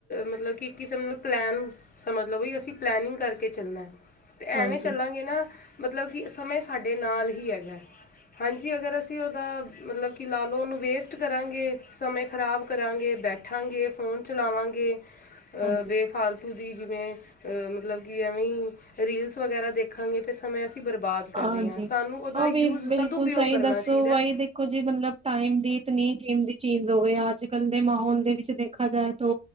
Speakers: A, on the left; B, on the right.
A: ਮਤਲਬ ਕਿ ਕਿਸੇਬ ਪਲੈਨ ਸਮਝ ਲਓ ਵੀ ਅਸੀਂ ਪਲੈਨਿੰਗ ਕਰਕੇ ਚੱਲਣਾ ਤੇ ਐਵੇਂ
B: ਹਾਂਜੀ
A: ਚੱਲਾਂਗੇ ਨਾ ਮਤਲਬ ਕਿ ਸਮੇਂ ਸਾਡੇ ਨਾਲ ਹੀ ਹੈਗਾ ਹਾਂਜੀ ਅਗਰ ਅਸੀਂ ਉਹਦਾ ਮਤਲਬ ਕਿ ਲਾ ਲਓ ਉਹਨੂੰ ਵੇਸਟ ਕਰਾਂਗੇ ਸਮੇਂ ਖ਼ਰਾਬ ਕਰਾਂਗੇ ਬੈਠਾਂਗੇ ਫੋਨ ਚਲਾਵਾਂਗੇ ਅ
B: ਹਾਂਜੀ
A: ਬੇ ਫਾਲਤੂ ਦੀ ਜਿਵੇਂ ਅਹ ਮਤਲਬ ਐਵੇਂ ਰੀਲਸ ਵਗੈਰਾ ਦੇਖਾਂਗੇ ਤੇ ਸਮੇਂ ਅਸੀਂ ਬਰਬਾਦ ਕਰ
B: ਹਾਂਜੀ
A: ਰਹੇ ਹਾਂ ਸਾਨੂੰ ਉਹਦਾ
B: ਹਾਂ
A: ਯੂਜ਼
B: ਵੀ
A: ਸਦਉਪਯੋਗ
B: ਬਿਲਕੁਲ ਸਹੀ
A: ਕਰਨਾ
B: ਦੱਸੋ
A: ਚਾਹੀਦਾ
B: ਬਹੀ
A: ਹੈ।
B: ਦੇਖੋ ਜੀ ਮਤਲਬ ਟਾਈਮ ਦੀਤਨੀ ਗੇਮ ਦੀ ਚੇਂਜ ਹੋ ਗਏ ਅੱਜ ਕੱਲ ਦੇ ਮਾਹੌਲ ਦੇ ਵਿੱਚ ਦੇਖਿਆ ਜਾਏ ਤਾਂ